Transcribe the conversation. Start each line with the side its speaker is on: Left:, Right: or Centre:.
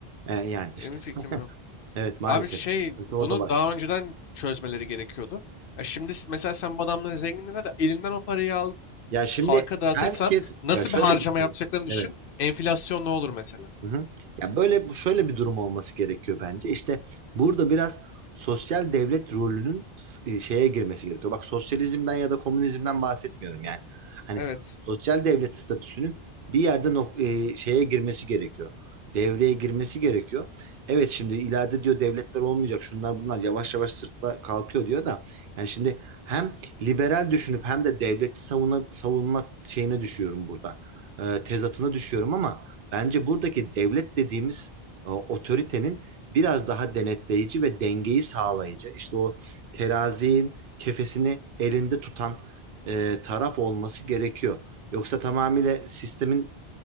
Right: e, yani işte
Left: Benim fikrim yok.
Right: evet maalesef
Left: Abi şey
Right: sıkıntı orada
Left: bunu
Right: başlıyor.
Left: daha önceden çözmeleri gerekiyordu. Ya şimdi s- mesela sen bu adamların zenginliğine de elinden o parayı al,
Right: Ya şimdi
Left: halka dağıtırsan
Right: herkes
Left: nasıl
Right: ya şöyle
Left: bir harcama
Right: bir şey.
Left: yapacaklarını düşün.
Right: Evet.
Left: Enflasyon ne olur mesela?
Right: Hı hı. Ya böyle şöyle bir durum olması gerekiyor bence. İşte burada biraz sosyal devlet rolünün e, şeye girmesi gerekiyor. Bak sosyalizmden ya da komünizmden bahsetmiyorum yani. Hani
Left: Evet.
Right: sosyal devlet statüsünün bir yerde nok- e, şeye girmesi gerekiyor. Devreye girmesi gerekiyor. Evet şimdi ileride diyor devletler olmayacak. Şunlar bunlar yavaş yavaş sırtla kalkıyor diyor da. Yani şimdi hem liberal düşünüp hem de devleti savuna, savunma şeyine düşüyorum burada. E, tezatına düşüyorum ama Bence buradaki devlet dediğimiz e, otoritenin biraz daha denetleyici ve dengeyi sağlayıcı, işte o terazinin kefesini elinde tutan e, taraf olması gerekiyor. Yoksa tamamıyla sistemin